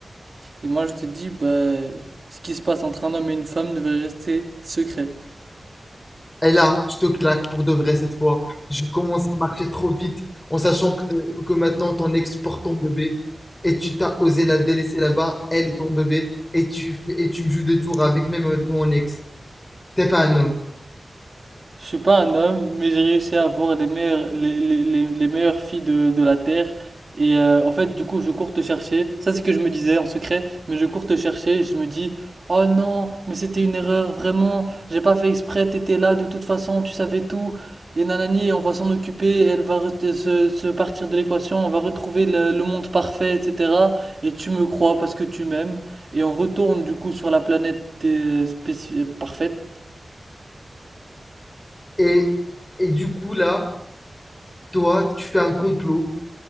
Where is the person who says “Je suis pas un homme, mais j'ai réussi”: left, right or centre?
Right